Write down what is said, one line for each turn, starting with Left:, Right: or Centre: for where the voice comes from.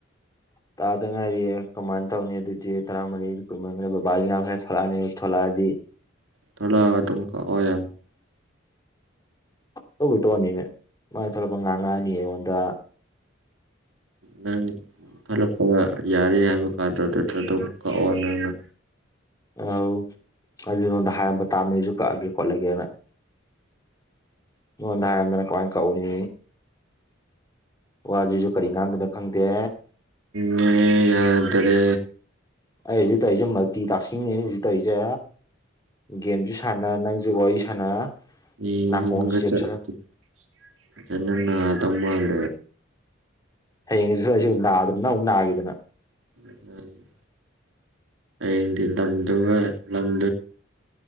Left: ꯇꯥꯗꯉꯥꯏꯔꯤ ꯀꯃꯥꯟ ꯇꯅꯤ ꯇꯔꯥ ꯃꯔꯤꯕꯥ ꯊꯣꯂꯗꯤ
Right: ꯊꯂ ꯑꯗꯨꯝ ꯀ ꯑꯣꯏ
Left: ꯇꯧꯕꯣꯏ ꯇꯧꯑꯅꯤꯅꯦ ꯃꯥꯥꯏ ꯊꯣꯛꯂꯛꯄ ꯉꯥꯡꯉꯛꯑꯅꯤ ꯑꯩꯉꯣꯟꯗ
Right: ꯅꯪ ꯊꯣꯛꯄ ꯒ ꯌꯥꯔꯦ ꯍꯥꯏꯕ ꯀꯥꯟꯗ ꯑꯗꯨꯗ ꯑꯗꯨꯝ ꯀꯛꯑꯣ ꯅꯪꯅ
Left: ꯑ ꯑꯗꯨ ꯅꯉꯣꯟꯗ ꯍꯥꯏꯔꯝꯕ ꯇꯥꯕꯅꯤ ꯑꯩꯁꯨ ꯀꯛꯑꯒꯦ ꯈꯣꯠꯂꯒꯦꯅ ꯃꯗꯥꯔꯗꯅ ꯀꯋꯥꯥꯡ ꯀꯧꯅꯤ ꯋꯥ ꯑꯖꯤꯁꯨ ꯀꯔꯤ ꯉꯅꯥꯗꯅ ꯈꯪꯗ
Right: ꯅꯦ ꯌꯥꯗꯔꯦ
Left: ꯍꯥꯏ ꯗꯤ ꯇ ꯑꯩꯖꯦ ꯃꯔ ꯇꯥꯁ ꯀꯡꯅꯦ ꯍꯧꯁꯨ ꯇꯧꯖꯦ ꯒꯦꯝꯁꯨ ꯁꯥꯟꯅ ꯅꯪꯁꯨ ꯋꯥꯔꯤ ꯁꯥꯟꯅ
Right: ꯑꯟꯏꯟꯇꯦꯜꯂꯤꯖꯦꯕꯜ
Left: ꯅꯥꯀꯣꯡꯁꯨ ꯆꯦꯞꯁꯤꯜꯂ ꯍꯌꯦꯡꯁꯤ ꯁ ꯑꯩꯁꯨ ꯅꯥꯗꯅ ꯅ ꯑꯃꯨꯛ ꯅꯥꯈꯤꯗꯅ
Right: <unintelligible> ꯑꯟꯏꯟꯇꯦꯜꯂꯤꯖꯦꯕꯜ